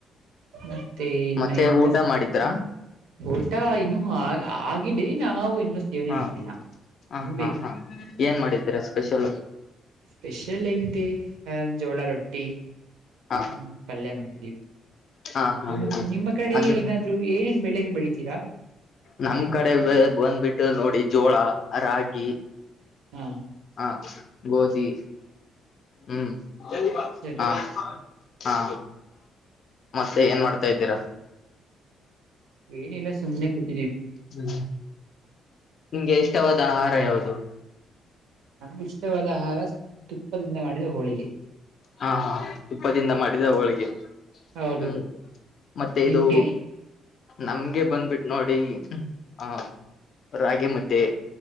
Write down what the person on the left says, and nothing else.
ಮತ್ತೆ
ಊಟ ಮಾಡಿದ್ರಾ
ಹಾ
ಹಾ
ಹಾ ಹಾ ಏನ್ ಮಾಡಿದೀರಾ ಸ್ಪೆಷಲ್
ಹ
ಹಾ ಹಾ
ಅದು
ನಮ್ ಕಡೆ ಬಂದ್ಬಿಟ್ಟು ನೋಡಿ ಜೋಳ ರಾಗಿ
ಹಾ ಗೋಧಿ ಹ್ಮ್
ಹಾ
ಹಾ ಮತ್ತೆ ಏನ್ ಮಾಡ್ತಾ ಇದ್ದೀರಾ
ಹ್ಮ ನಿಂಗೆ ಇಷ್ಟವಾದ ಆಹಾರ ಯಾವುದು
ಹಾ ಹಾ ತುಪ್ಪದಿಂದ
ಮಾಡಿದಾವ ಹೋಳಿಗೆ
ಹ್ಮ್ ಮತ್ತೆ
ಇದು ನಮ್ಗೆ ಬಂದ್ಬಿಟ್ಟು ನೋಡಿ ಆಹ ರಾಗಿ ಮುದ್ದೆ